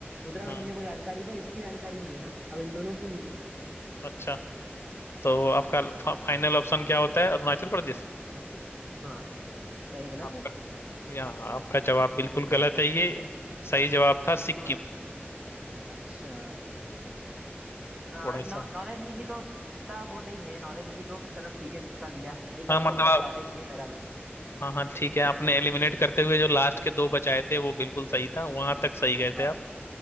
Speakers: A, on the right; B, on the left.
A: उत्तराखंड
B: हाँ
A: में मेरे को जानकारी है, पर इसकी जानकारी नहीं है ना अब इन दोनों की नहीं है
B: अच्छा तो आपका फा, फाइनल ऑप्शन क्या होता है अरुणाचल प्रदेश
A: हाँ सही गलत
B: आपका
A: है
B: यहाँ आपका जवाब बिल्कुल गलत है ये सही जवाब था सिक्किम
A: हाँ अच्छा नॉलेज
B: थोड़ा सा
A: नहीं थी तो इतना वो नहीं है नॉलेज नहीं थी तो चलो ठीक है तुक्का दिया एक आधी
B: हाँ मतलब
A: तो गलत
B: आप
A: जाना ही चाहिए मेरा भी
B: हाँ हाँ ठीक है आपने एलिमिनेट करते हुए जो लास्ट के दो बचाए थे वो बिल्कुल सही था वहां तक सही गए
A: हाँ
B: थे आप
A: हाँ,